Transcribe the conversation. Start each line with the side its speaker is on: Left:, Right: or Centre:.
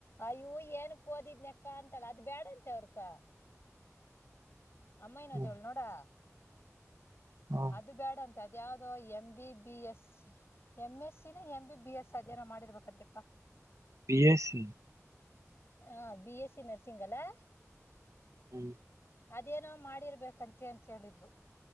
Left: ಅಯ್ಯೂ ಏನಕ್ ಓದಿದ್ನಕ್ಕ ಅಂತಲ್ಲ ಅದ್ ಬ್ಯಾಡಂತೀವಿ ಅಕ್ಕಾ, ಅಮ್ಮ ಎಲ್ ಹೋದ್ಲು
Right: ಹ್ಮ್
Left: ನೋಡ <unintelligible>
Right: ಹಾ
Left: -ಅದು ಬ್ಯಾಡ ಅಂತ ಅದ್ಯಾವುದು M, B, B, S M, S, C ಎನಾ ಎಂ, ಬಿ, ಬಿ, ಎಸ್ ಅದೇನೋ ಮಾಡಿರ್ಬೇಕಂತಪಾ.
Right: ಬಿಎಸ್ ಸಿ <inaudible>
Left: ಹಾ, ಬಿ, ಎಸ್, ಸಿ ನರ್ಸಿಂಗ್ ಅಲ್ಲ-
Right: <inaudible>
Left: ಅದೇನೋ ಮಾಡಿರ್ಬೇಕಂತೆ ಅಂತ ಹೇಳಿದ್ಲು.